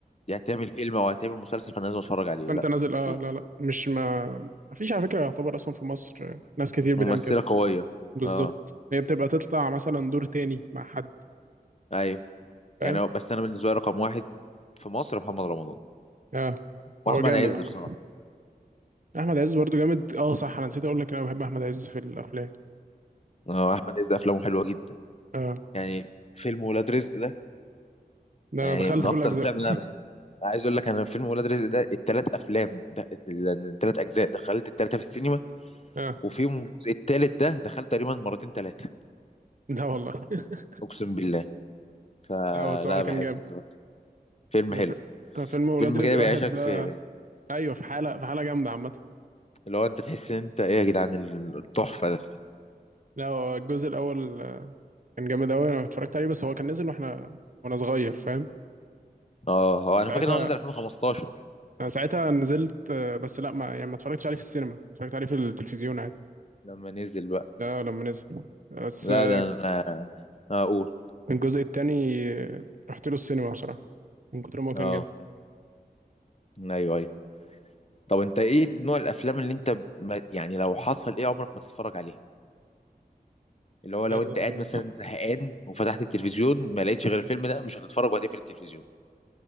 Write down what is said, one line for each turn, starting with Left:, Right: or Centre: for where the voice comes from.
Left: دي هتعمل فيلم او هتعمل مسلسل فانا لازم اتفرج عليه
Right: فانت
Left: لا
Right: نازل اه
Left: في
Right: لا لا مش ما ما فيش على فكره يعتبر اصلا في مصر آه، ناس كتير بتعمل
Left: ممثله
Right: كده
Left: قويه
Right: بالظبط
Left: اه
Right: هي بتبقى تطلع مثلا دور تاني مع حد
Left: ايوه يعني
Right: فاهم
Left: هو- بس انا بالنسبه لي رقم واحد في مصر محمد رمضان
Right: اه
Left: واحمد
Right: هو جامد
Left: عز
Right: عامة.
Left: بصراحه
Right: احمد عز برضو جامد اه صح انا نسيت اقول لك إن انا بحب احمد عز في الافلام
Left: اه احمد عز افلامه حلوه جدا
Right: اه
Left: يعني فيلم ولاد رزق ده
Right: ده انا
Left: يعني
Right: دخلت
Left: من
Right: كل
Left: اكتر
Right: اجزائه
Left: الافلام اللي انا بحبها عايز اقول لك انا فيلم ولاد رزق ده التلات افلام ده ال- التلات اجزاء دخلت التلاته في السينما
Right: اه
Left: وفيهم الجزء التالت ده دخلت تقريبا مرتين تلاته
Right: لا والله <laughs>
Left: اقسم بالله فلا
Right: لا بس هو كان
Left: بحبه
Right: جامد
Left: بصراحة. فيلم
Right: أنا
Left: حلو
Right: في- أنا فيلم ولاد
Left: فيلم
Right: رزق
Left: كده بيعيشك
Right: واحد ده
Left: في
Right: ايوه في حاله في حاله جامده عامه
Left: اللي هو انت تحس ان انت ايه يا جدعان التحفه ده
Right: لا هو الجزء الاول آه، كان جامد قوي انا اتفرجت عليه بس هو كان نزل واحنا وانا صغير فاهم
Left: اه هو انا
Right: ساعتها
Left: فاكر ان هو نزل 2015
Right: انا ساعتها نزلت آه، بس لا ما يعني ما اتفرجتش عليه في السينما اتفرجت عليه في التلفزيون عادي
Left: لما نزل بقى
Right: لا لما نزل بس
Left: لا
Right: آه،
Left: ده انا آه، اقول
Right: الجزء التاني آه، رحت له السينما بصراحة من كتر ما هو كان
Left: اه
Right: جامد
Left: ايوه ايوه طب انت ايه نوع الافلام اللي انت ما يعني لو حصل ايه عمرك ما تتفرج عليها اللي هو لو
Right: آه،
Left: انت قاعد مثلا زهقان وفتحت التلفزيون ما لقيتش غير الفيلم ده مش هتتفرج وهتقفل التلفزيون